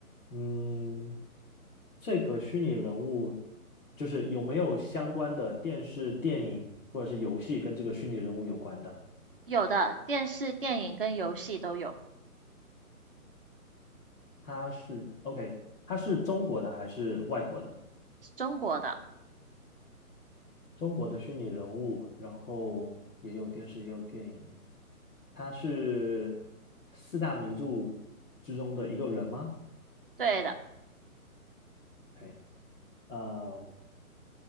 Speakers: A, on the left; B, on the right.
A: 嗯，这个虚拟人物就是有没有相关的电视、电影或者是游戏跟这个虚拟人物有关的？
B: 有的电视、电影跟游戏都有，
A: 他是 OK，他是中国的还是外国的？
B: 中国的，
A: 中国的虚拟人物，然后也有电视，也有电影。他是四大名著之中的一个人吗
B: 对的。
A: ？OK，呃，